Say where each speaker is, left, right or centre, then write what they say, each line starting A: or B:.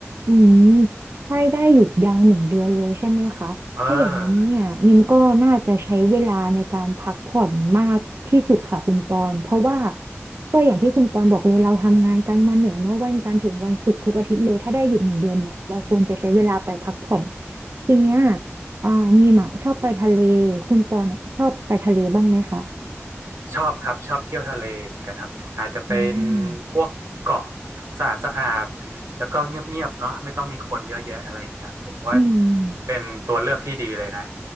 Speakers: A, on the right; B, on the right.
A: อืมให้ได้หยุดยาวหนึ่งเดือนเลยใช่ไหมคะถ้าอย่างนั้นเนี่ยนิมก็น่าจะใช้เวลาในการพักผ่อนมากที่สุดค่ะคุณปอนเพราะว่า
B: เออ
A: ก็อย่างที่คุณปอนบอกเลยเราทำงานกันมาเหนื่อยเนอะวันจันทร์ถึงวันศุกร์ทุกอาทิตย์เลยถ้าได้หยุดหนึ่งเดือนเนี่ยเราควรจะใช้เวลาไปพักผ่อนทีเนี้ยอ่านิมอะชอบไปทะเลคุณปอนเนี่ยชอบไปทะเลบ้างไหมคะ
B: ชอบครับชอบเที่ยวทะเลเหมือนกันครับอาจจะเป็น
A: อืม
B: พวกเกาะสะอาดสะอาดแล้วก็เงียบๆเนาะไม่ต้องมีคนเยอะแยะอะไรอย่างเงี้ยผมว่า
A: อืม
B: เป็นตัวเลือกที่ดีเลยนะ